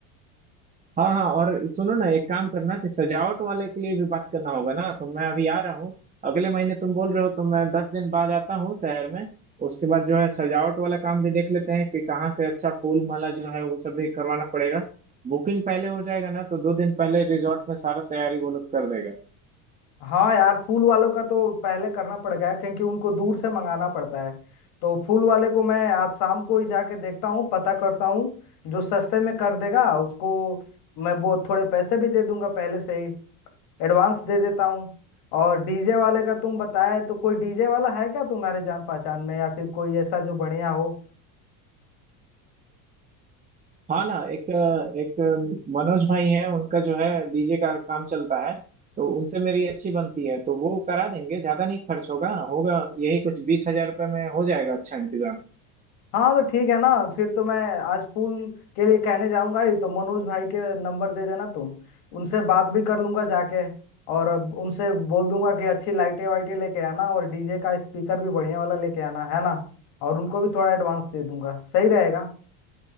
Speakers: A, on the right; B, on the left.
A: हाँ हाँ और सुनो ना एक काम करना कि सजावट वाले के लिए भी बात करना होगा ना तो मैं अभी आ रहा हूँ अगले महीने तुम बोल रहे हो तो मैं दस दिन बाद आता हूँ शहर में उसके बाद जो है सजावट वाला काम भी देख लेते हैं कि कहाँ से अच्छा फूल माला जो है वो सब भी करवाना पड़ेगा बुकिंग पहले हो जाएगा ना तो दो दिन पहले रिजॉर्ट में सारा तैयारी वो लोग कर देगा
B: हाँ यार फूल वालों का तो पहले करना पड़ गया है, क्योंकि उनको दूर से मंगाना पड़ता है तो फूल वाले को मैं आज शाम को ही जाके देखता हूँ पता करता हूँ जो सस्ते में कर देगा उसको मैं वो थोड़े पैसे भी दे दूंगा पहले से ही एडवांस दे देता हूँ और डीजे वाले का तुम बताए तो कोई डीजे वाला है क्या तुम्हारे जान पहचान में या फिर कोई ऐसा जो बढ़िया हो
A: हाँ ना एक एक मनोज भाई हैं उनका जो है डीजे का काम चलता है तो उनसे मेरी अच्छी बनती है तो वो करा देंगे ज्यादा नहीं खर्च होगा होगा यही कुछ बीस हजार रुपये में हो जाएगा अच्छा इंतजाम
B: हाँ तो ठीक है ना फिर तो मैं आज फूल के लिए कहने जाऊंगा ही तो मनोज भाई के नंबर दे देना तुम उनसे बात भी कर लूंगा जाके और उनसे बोल दूंगा कि अच्छी लाइटें वाइटें लेके आना और डीजे का स्पीकर भी बढ़िया वाला लेके आना है ना और उनको भी थोड़ा एडवांस दे दूंगा सही रहेगा